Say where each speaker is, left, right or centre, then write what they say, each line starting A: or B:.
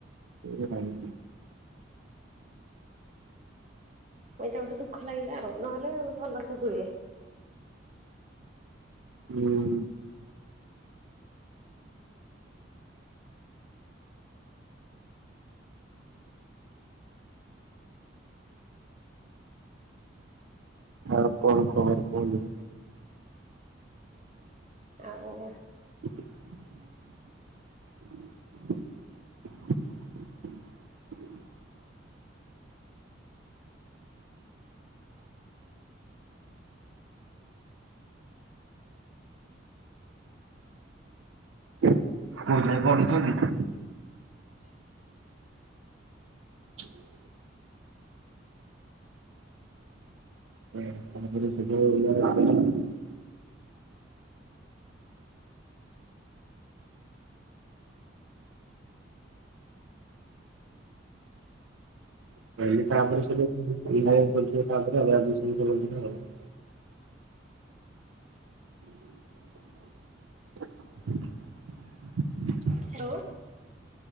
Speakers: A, on the right; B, on the right.
A: ଓ ଭାଇ।
B: ଏଇଟା ଗୋଟେ ଦୁଃଖ ଲାଗିଲା। ଆଉ ନହେଲେ ଭଲ ସେ ହୁଏ।
A: ହୁଁ। ଆଉ କଣ ଖବର କୁହନ୍ତୁ?
B: ଆଉ
A: <inaudible> <inaudible> କୋଉ ଯାକେ ପଢିଛନ୍ତି? <inaudible> <unintelligible> <unintelligible> <inaudible>
B: ହ୍ୟାଲୋ